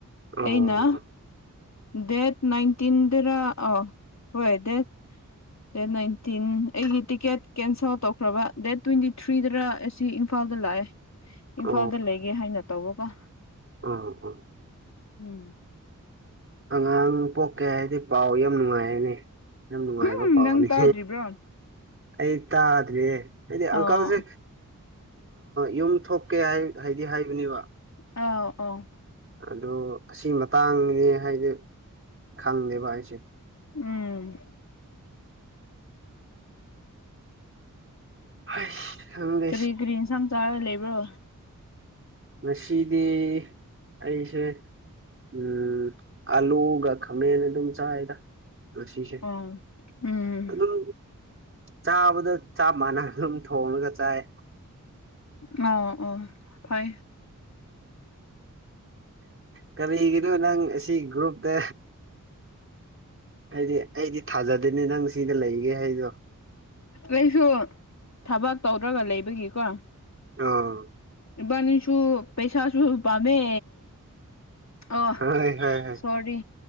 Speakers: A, on the right; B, on the left.
A: ꯑꯣ
B: ꯑꯩꯅ ꯗꯦꯠ ꯅꯥꯏꯟꯇꯤꯟ ꯑ ꯍꯣꯏ ꯗꯦꯠ ꯗꯦꯠ ꯅꯥꯏꯟꯇꯤꯟ ꯑꯩꯒꯤ ꯇꯤꯀꯦꯠ ꯀꯦꯟꯁꯦꯜ ꯇꯧꯈ꯭ꯔꯕ ꯗꯦꯠ ꯇ꯭ꯋꯦꯟꯇꯤ ꯊ꯭ꯔꯤꯗꯔ ꯑꯁꯤꯝꯐꯥꯜ ꯐꯗ ꯂꯑ
A: ꯑ
B: ꯏꯝꯐꯥꯗ ꯂꯩꯒꯦ ꯍꯥꯏꯅ ꯇꯧꯕꯒ
A: ꯑꯣ ꯑꯣ
B: ꯎꯝ
A: ꯑꯉꯥꯡ ꯄꯣꯛꯀꯦ ꯍꯥꯏꯗꯤ ꯄꯥꯎ ꯌꯥꯝ ꯅꯨꯡꯉꯥꯏꯔꯅꯤ ꯌꯥꯝ ꯅꯨꯡꯉꯥꯏꯕ
B: ꯎꯝ
A: ꯄꯋꯥꯅꯤꯦ
B: ꯅꯪ ꯇꯥꯗ꯭ꯔꯤꯕ꯭ꯔꯣ
A: ꯑꯩ ꯇꯥꯗ꯭꯭ꯔꯔꯤꯦ ꯍꯥꯏꯗꯤ
B: ꯑꯣ
A: ꯑꯪꯀꯜꯁꯦ ꯌꯨꯝ ꯊꯣꯛꯀꯦ ꯍꯥꯏ ꯍꯥꯏꯗꯤ ꯍꯥꯏꯕꯅꯦꯕ
B: ꯑ ꯑ
A: ꯑꯣ ꯑꯁꯤ ꯃꯇꯥꯡꯅꯦ ꯍꯥꯏꯗꯤ ꯈꯪꯉꯦꯕ ꯑꯩꯁꯦ
B: ꯎꯝ
A: ꯍꯩꯁ ꯈꯪꯗꯦ
B: ꯀꯔꯤ ꯀꯔꯤ ꯌꯦꯟꯁꯥꯡ ꯆꯥꯔ ꯂꯩꯕ꯭ꯔꯣ
A: ꯉꯁꯤꯗꯤ ꯑꯩꯁꯦ ꯎꯝ ꯑꯂꯨꯒ ꯈꯥꯃꯦꯅ ꯑꯗꯨꯝ ꯆꯥꯏꯗ ꯉꯁꯤꯁꯦ
B: ꯑꯣ ꯎꯝ
A: ꯑꯗꯨꯝ ꯆꯥꯕꯗ ꯆꯞ ꯃꯥꯟꯅ ꯑꯗꯨꯝ ꯊꯣꯡꯉꯒ ꯆꯥꯏ
B: ꯑꫭ ꯎꯝ ꯐꯩ
A: ꯀꯔꯤꯒꯤꯅꯣ ꯅꯪ ꯑꯁꯤ ꯒ꯭ꯔꯨꯞꯇ ꯍꯥꯏꯗꯤ ꯑꯩꯗꯤ ꯊꯥꯖꯗꯦꯅꯦ ꯅꯪ ꯁꯤꯗ ꯂꯩꯒꯦ ꯍꯥꯏꯗꯣ
B: ꯑꯩꯁꯨ ꯊꯕꯛ ꯇꯧꯗꯧꯕ ꯂꯩꯕꯒꯤꯀꯣ
A: ꯑꫭ
B: ꯏꯕꯥꯅꯤꯁꯨꯨ ꯄꯩꯁꯥꯁꯨ ꯄꯥꯝꯃꯦ ꯑꯣ
A: ꯍꯣꯏ ꯍꯣꯏ ꯍꯣꯏ
B: ꯁꯣꯔꯤ